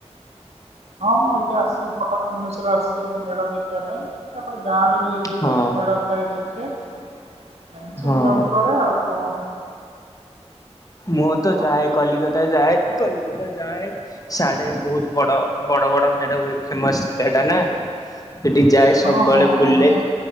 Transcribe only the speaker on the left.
ହଁ
ହଁ।
ମୁଁ ତ
ଯାଏ କଲିକତା ଯାଏ କଲିକତା ଯାଏ। ସାଡେ ବହୁତ ବଡ ବଡ ବଡ ମେଢ ହୁଏ ଫେମସ ଜାଗାଟା ନା। ସେଠିକି ଯାଏ
ସବୁବେଳେ
ବୁଲେ।